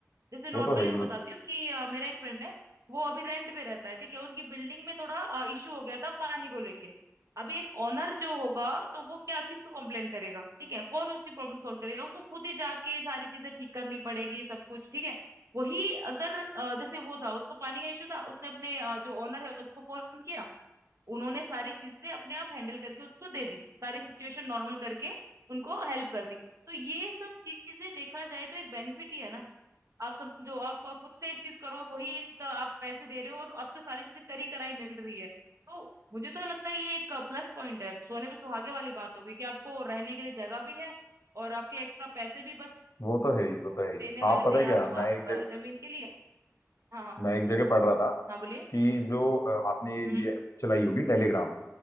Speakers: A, on the right (about 70°); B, on the left (about 65°).
A: जैसे नॉर्मली
B: वो तो है ही
A: मैं
B: वो,
A: बताती हूँ कि अ, मेरा एक फ्रेंड है वो अभी रेंट पे रहता है ठीक है उनकी बिल्डिंग में थोड़ा इशू हो गया था पानी को लेके अभी एक ओनर जो होगा तो वो क्या किसको कंप्लेन करेगा ठीक है कौन उसकी प्रॉब्लम सॉल्व करेगा उसको खुद ही जाके सारी चीजें ठीक करनी पड़ेगी सब कुछ ठीक है वही अगर अ, जैसे वो था उसको पानी का इशू था उसने अपने अ, जो ओनर है उसको फोन किया उन्होंने सारी चीजें अपने आप हैंडल करके उसको दे दी सारी सिचुएशन नॉर्मल करके उनको हेल्प कर दी तो ये सब चीजें देखा जाए तो एक बेनिफिट ही है ना आप समझो आप खुद से एक चीज करो और वही एक आप पैसे दे रहे हो और आपको सारी चीजें करी कराई मिल रही है तो मुझे तो लगता है ये एक प्लस पॉइंट है सोने पे सुहागे वाली बात हो गई कि आपको रहने के लिए जगह भी है और आपके एक्स्ट्रा पैसे भी बच
B: वो तो है ही वो तो है ही
A: देने वाले
B: आप पता
A: थे
B: है
A: यहाँ
B: क्या मैं
A: आप
B: एक जगह
A: अ, जमीन के लिए हाँ हाँ
B: मैं एक जगह पढ़ रहा था
A: हाँ बोलिए
B: कि जो अ, आपने ये
A: हम्म
B: ये app चलाई होगी टेलीग्राम